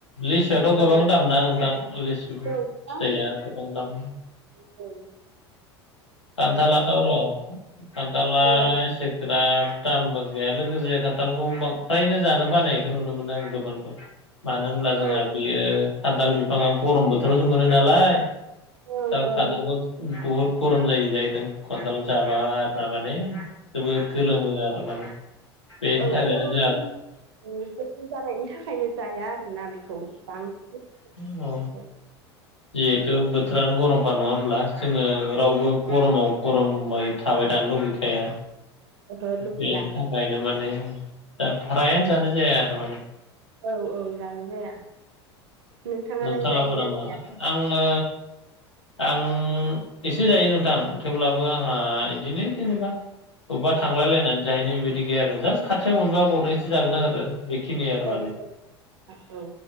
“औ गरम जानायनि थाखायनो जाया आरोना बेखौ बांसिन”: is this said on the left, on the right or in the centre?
Right